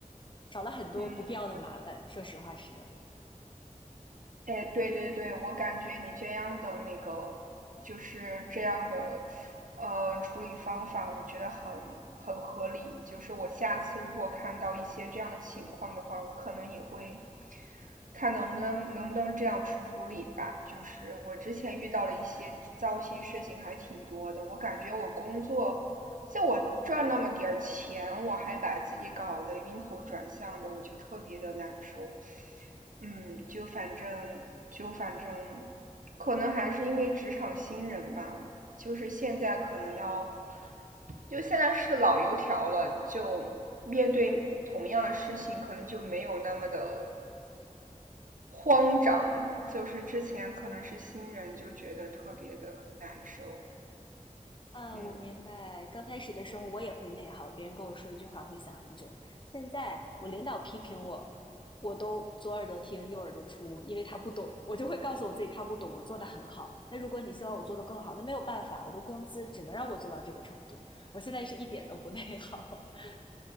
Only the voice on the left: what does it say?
少了很多不必要的麻烦。
说实话是的。
啊，
我明白。刚开始的时候我也会内耗，别人跟我说一句话会想很久。现在我领导批评我，我都左耳朵听右耳朵出，因为他不懂，我就会告诉我自己他不懂，我做的很好。那如果你希望我做的更好，那没有办法，我的工资只能让我做到这个程度。我现在是一点都不内耗。<laughs>